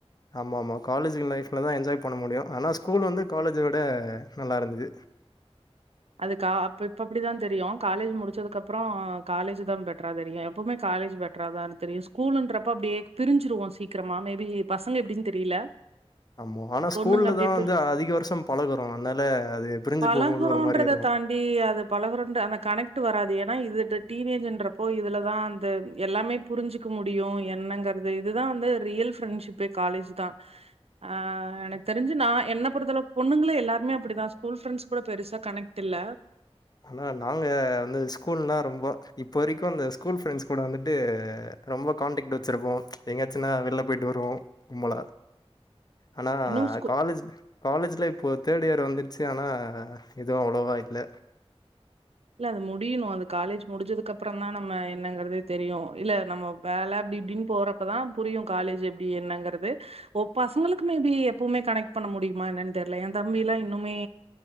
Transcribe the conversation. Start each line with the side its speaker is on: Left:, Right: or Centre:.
Left: ஆமா ஆ காலேஜு லைப்ல தான் என்ஜாய் பண்ண முடியும். ஆனா ஸ்கூல் வந்து காலேஜ் விட நல்லா இருந்துது
Right: அதுக்க அ இப்ப அப்படிதான் தெரியும் காலேஜ் முடிச்சதுக்கு அப்புறம் காலேஜ் தான் பெட்டரா தெரியும் எப்பவுமே காலேஜ் பெடரா தான்னு தெரியும் ஸ்கூலன்றப்ப அப்படியே பிரிஞ்சுருவோம் சீக்கிரமா மேபி பசங்க எப்படின்னு தெரியல
Left: ஆம ஆனா ஸ்கூல்லதான்
Right: பொண்ணுங்க அப்படியே பிரி
Left: வந்து அதிக வருஷம் பழகுறோம் அதனால அது பிரிஞ்சு
Right: பழகுகின்றத
Left: போகும்போது ஒரு மாரி இருக்கும்.
Right: தாண்டி பழகுறோ அந்த கணக்ட் வராது ஏன்னா இதுட்ட டீன் ஏஜ் என்றப்ப இதுலதான் அந்த எல்லாமே புரிஞ்சுக்க முடியும் என்னங்கிறது இதுதான் வந்து ரியல் ப்ரெண்ட்ஷிப் காலேஜ் தான் ஆஹ் எனக்கு தெரிஞ்சு நான் என்ன பொறளவுக்கு பொண்ணுங்களே எல்லாருமே அப்படிதான் ஸ்கூல் ஃப்ரெண்ட்ஸ் கூட பெருசா கனெக்ட் இல்ல
Left: ஆனா நாங்க வந்து ஸ்கூல்னா ரொம்ப இப்போ வரைக்கும் அந்த ஸ்கூல் ஃப்ரெண்ட்ஸ் கூட வந்துட்டு ரொம்ப கான்டெக்ட் வச்சிருப்போம் எங்காச்சுன்னா வெளில போயிட்டு வருவோம் கும்பலா ஆனா
Right: இன்னு ஸ்கூ
Left: காலேஜ் காலேஜ்ல இப்போ தேர்ட் இயர் வந்துடுச்சு ஆனால் எதுவும் அவ்வளோவா இல்லை
Right: இல்ல அது முடியணும் அது காலேஜ் முடிச்சதுக்கு அப்புறம் தான் நம்ம என்னங்கறதே தெரியும் இல்ல நம்ம வேலை அப்படி இப்படின்னு போறப்பதான் புரியும் காலேஜ் எப்படி என்னங்கறிறது ஒ பசங்களுக்குமே பி எப்பவுமே கனெக்ட் பண்ண முடியுமா என்னன்னு தெரியல என் தம்பிலாம் இன்னமே